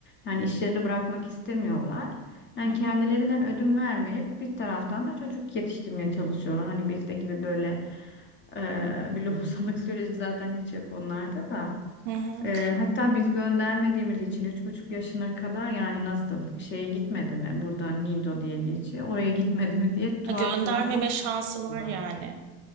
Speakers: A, on the left; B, on the right.
A: yani işlerini bırakmak istemiyorlar. Yani
B: hı hı,
A: kendilerinden ödün vermeyip bir taraftan da çocuk yetiştirmeye çalışıyorlar. Hani bizde gibi böyle ee, bir lohusalık <laughs> süreci zaten hiç yok onlarda da.
B: hı hı.
A: Ee, hatta biz göndermediğimiz için üç buçuk yaşına kadar yani nasıl şeye gitmedi mi? Burada Nido diye geçiyor. Oraya gitmedi mi diye tuhaf
B: Ha, Göndermeme
A: tuhaf
B: şansı
A: bakıyorlar.
B: var yani.